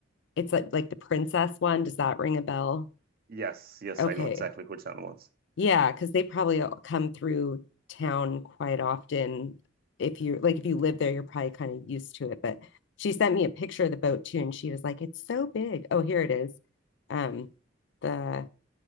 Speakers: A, on the left; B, on the right.
A: It's like like the princess one. Does that ring a bell?
B: Yes, yes,
A: Okay.
B: I know exactly which that was.
A: Yeah, because they probably all come through town quite often. If you like if you live there, you're probably kind of used to it. But she sent me a picture of the boat too, and she was like, It's so big. Oh, here it is. Um, the